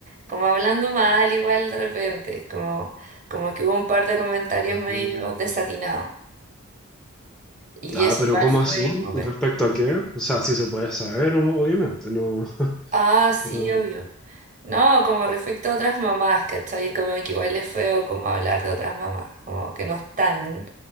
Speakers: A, on the right; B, in the centre.
A: como hablando mal igual de repente, como, como que hubo un par de comentarios
B: Ah,
A: medio desatinados. Y
B: Ah,
A: eso
B: pero
A: igual
B: ¿cómo
A: fue
B: así?
A: medio fome.
B: ¿Respecto a qué? O sea, sí se puede saber, o- obviamente, no. <laughs>
A: Ah, sí,
B: Pero,
A: obvio. No, como respecto a otras mamás, ¿cachai? Como que igual es feo como hablar de otras mamás, como que no están